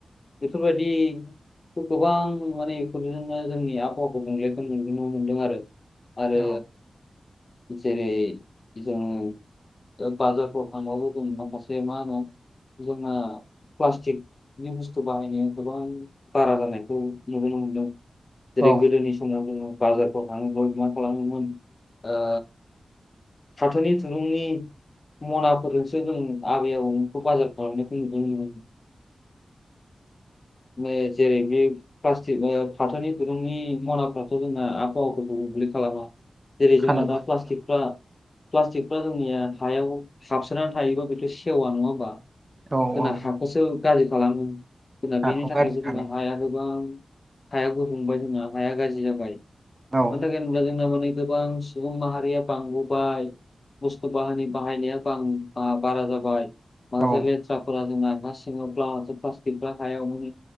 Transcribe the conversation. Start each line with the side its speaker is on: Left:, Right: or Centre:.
Left: बेफोरबायदि गोबां माने इफोरजोंनो जोंनि आबहावाखौ गुबुंलेखो नुनो मोनदों आरो आरो
Right: औ
Left: जेरै जोङो ओ बाजारफोर थांबा लोगो मोन्नाय माखासे मा होनो जोंना प्लास्टिकनि बुस्थु बाहायनाया गोबां बारा जानायखौ नुनो मोनदों जेरै
Right: औ
Left: गोदोनि समाव जोङो बाजारफ्राव थाङोमोन मा खालामोमोन ओ साथोनि थुरूंनि मनाफोरजोंसो जों आबै आबौमोनखौ बाजार खालामनायखौ नुबोदोंमोन। ने जेरै बि प्लास्टिक ओ फाथोनि दिरुंनि मनाफ्राथ' जोंना आबहावाखौ गुबुंले खालामा। जेरै जोंना
Right: खालामा
Left: दा प्लास्टिकफ्रा
Right: खालामा
Left: प्लास्टिकफ्रा जोंनिया हायाव हाबसोना थायोबा बेथ' सेवा नङा होमबा
Right: औ
Left: जोंना
Right: औ
Left: हाखौसो गाज्रि खालामो जोंना
Right: हाखौ
Left: बेनि थाखायबो
Right: गाज्रि
Left: जोंहा
Right: खालामो
Left: हाया गोबां हाया गुबुंबाय जोंना हाया गाज्रि जाबाय। मानो
Right: औ
Left: थाखाय होनोब्ला जोंना हनै गोबां सुबुं माहारिया बांबोबाय। बस्थु बाहानि बाहायनाया बां बारा जाबाय। माखासे
Right: औ
Left: लेथ्राफोरा जोंङा हा सिङाव <unintelligible> प्लास्टिकफ्रा हायावनो